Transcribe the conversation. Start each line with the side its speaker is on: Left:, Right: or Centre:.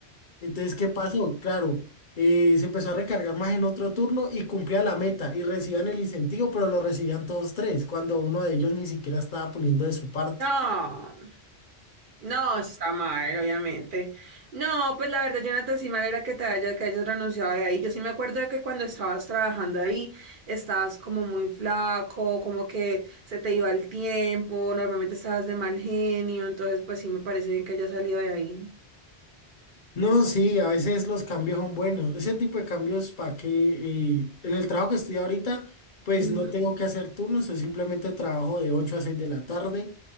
Left: Entonces, ¿qué pasó? Claro, eh, se empezó a recargar más en otro turno y cumplía la meta y recibían el incentivo, pero lo recibían todos tres, cuando uno de ellos ni siquiera estaba poniendo de su parte.
Right: No. No, está mal, obviamente. No, pues la verdad, Jonathan, sí mal era que te haya, que hayas renunciado de ahí. Yo sí me acuerdo de que cuando estabas trabajando ahí, estabas como muy flaco, como que se te iba el tiempo, normalmente estabas de mal genio, entonces pues sí me parece bien que hayas salido de ahí.
Left: No, sí, a veces los cambios son buenos. Ese tipo de cambios para que eh, en el trabajo que estoy ahorita, pues
Right: Ujú.
Left: no tengo que hacer turnos, yo simplemente trabajo de 8 a 6 de la tarde,